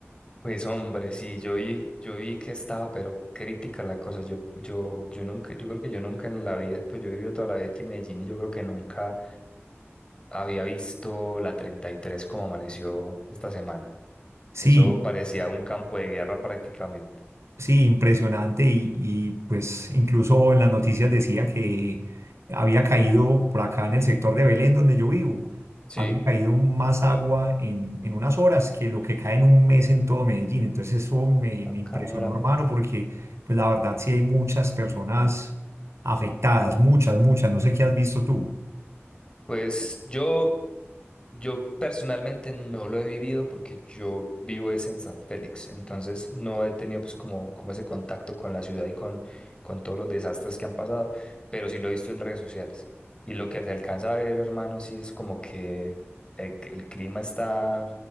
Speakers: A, on the left; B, on the right.
A: Pues hombre, sí, yo vi, yo vi que estaba, pero crítica la cosa, yo, yo, yo nunca, yo creo que yo nunca en la vida, pues yo he vivido toda la vida aquí en Medellín y yo creo que nunca había visto la 33 como amaneció esta semana,
B: Sí.
A: eso parecía un campo de guerra prácticamente.
B: Sí, impresionante y, y, pues incluso en las noticias decía que había caído por acá en el sector de Belén donde yo vivo,
A: Sí,
B: había caído más agua en, en unas horas que lo que cae en un mes en todo Medellín. Entonces eso me,
A: a
B: me impresionó,
A: caram.
B: hermano, porque pues la verdad sí hay muchas personas afectadas, muchas, muchas, no sé qué has visto tú,
A: Pues yo... Yo personalmente no lo he vivido porque yo vivo es en San Félix, entonces no he tenido pues como, como ese contacto con la ciudad y con, con todos los desastres que han pasado, pero sí lo he visto en redes sociales. Y lo que se alcanza a ver, hermano, sí es como que el, el clima está